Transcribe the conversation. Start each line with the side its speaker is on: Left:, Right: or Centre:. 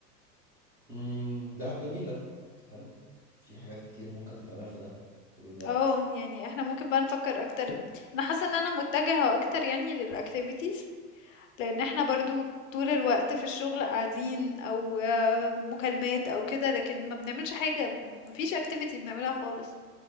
Centre: امم دهب جميلة حلو في حاجات كتير ممكن تتعمل في دهب طول الوقت
Left: اه يعني احنا ممكن بقى نفكر اكتر انا حاسه ان انا متجهه اكتر يعني للاكتيفيتيز لان احنا برضو طول الوقت في الشغل قاعدين او آه، مكالمات او كده لكن ما بنعملش حاجه ما فيش اكتيفيتي بنعملها خالص